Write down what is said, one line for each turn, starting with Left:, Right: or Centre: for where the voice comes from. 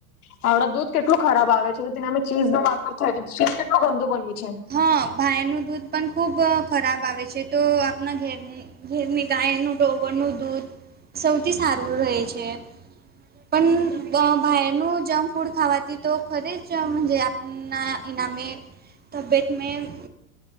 Left: હણા દૂધ કેટલું ખરાબ આવે છે. તો તેને અમે ચીઝ નો વાપરતા ચીજ કેટલું ગંદુ બનવી છે.
Right: હં ભાયનું દૂધ પણ ખૂબ ખરાબ આવે છે. તો આપણા ઘર. ઘરની ગાયનું ટોવરનું દૂધ સૌથી સારું રહે છે. પણ ભાઈનો જંક ફૂડ ખાવાથી તો ખરે જજ. ના એનામે તબિયત મે-